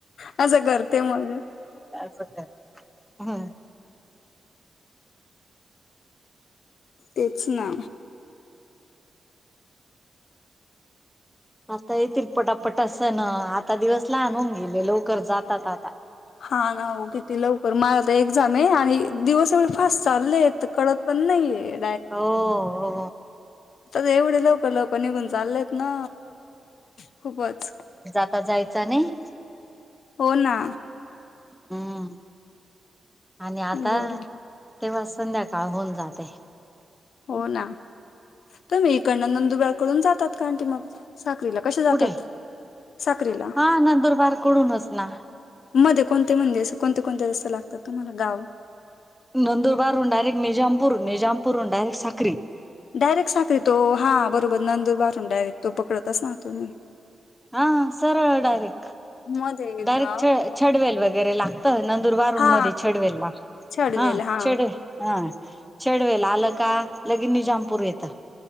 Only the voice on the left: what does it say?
असं करते मग.
तेच ना.
हा ना हो किती लवकर मला आता एक्झाम आहे आणि दिवस ए आस चाललेत कळत पण नाहीये.
आ एवढे लवकर लवकर निघून चाललेत ना खूपच.
हो ना.
बर
हो ना तुम्ही इकडनं नंदुबार कडून जातात का? ऑंटी मग साखरीला कसे जातात
साखरीेला
मध्ये कोणते म्हणजे असे कोणते कोणते रस्ते लागतात तुम्हाला गाव?
डायरेक्ट साखरी तो हा बरोबर नंदूर बारून डायरेक्ट तो पकडतच ना तुम्ही.
मध्ये एक
गाव आहे
बघ.
हा
छडवेल
हा